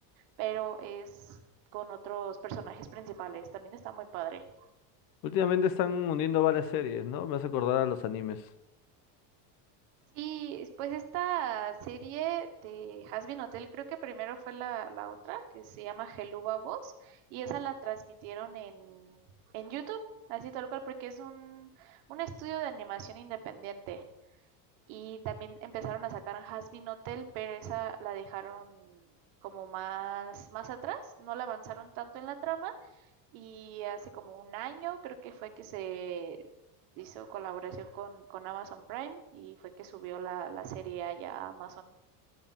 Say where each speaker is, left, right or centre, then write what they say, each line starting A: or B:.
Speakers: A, on the right; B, on the left.
A: pero es con otros personajes principales. También está muy padre.
B: Últimamente están uniendo varias series, ¿no? Me hace acordar a los animes.
A: Sí, pues esta serie de Hazbin Hotel, creo que primero fue la, la otra, que se llama Geluba Voz, y esa la transmitieron en, en YouTube, así tal cual, porque es un, un estudio de animación independiente. Y también empezaron a sacar Hazbin Hotel, pero esa la dejaron como más, más atrás, no la avanzaron tanto en la trama y hace como un año creo que fue que se hizo colaboración con, con Amazon Prime y fue que subió la, la serie allá a Amazon.